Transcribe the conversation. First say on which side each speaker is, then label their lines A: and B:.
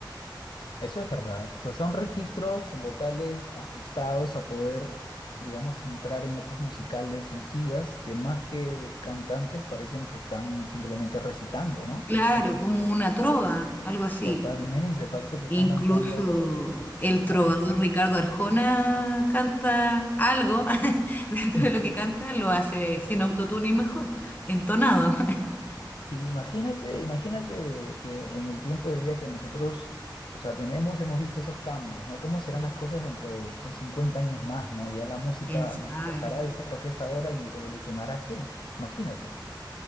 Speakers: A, on the left; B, on the left.
A: Eso es verdad. O sea, son registros vocales ajustados a poder, digamos, entrar en notas musicales sencillas que más que cantantes parecen que están simplemente recitando, ¿no?
B: Claro,
A: Entonces,
B: como una trova, algo así.
A: totalmente, parece que
B: Incluso
A: están lanzando
B: el
A: una
B: trovador
A: rima.
B: Ricardo Arjona canta algo <laughs> dentro
A: Mm.
B: de lo que canta, lo hace sin autotune y mejor, entonado. <laughs>
A: Sí, imagínate, imagínate que en el tiempo de vida que nosotros, o sea, tenemos, hemos visto esos cambios, ¿no? ¿Cómo serán las cosas dentro de, pues, 50 años más, ¿no? Ya la música
B: ¿Quién sabe?
A: de- dejará de ser lo que es ahora y evolucionará a qué? Imagínate.